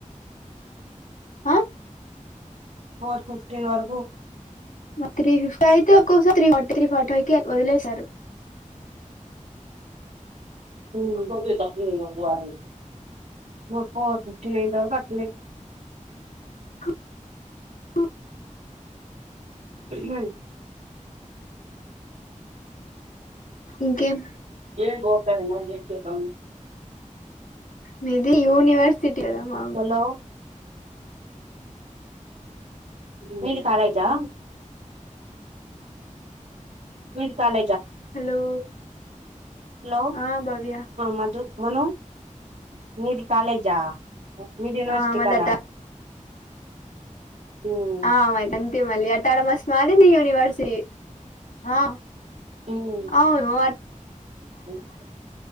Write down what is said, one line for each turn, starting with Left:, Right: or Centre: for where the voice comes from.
Left: ఆ
Right: ఫోర్ ఫిఫ్టీన్ వరకు
Left: త్రీ ఫిఫ్టీ అయితే ఒక్కోసారి three forty three forty five క వదిలేసారు
Right: చ
Left: <inaudible>
Right: హ
Left: ఇంకే <inaudible>
Right: కేక బతా మ ఏ చేతా
Left: మీది యూనివర్సిటీ కదా మామూలే
Right: హలో మీది కాలజా మీది కాల
Left: హలో
Right: హలో
Left: ఆ భవ్య
Right: మధు కొను మీది కాాలేజా మీరు యనివర్సిటీ
Left: ఆ మాది
Right: కదా ఉమ్
Left: ఆయి అంతిమల్ అ త మాలిని యూనివర్సిటీ ఆ
Right: ఉమ్
Left: అవును అ
Right: <unintelligible>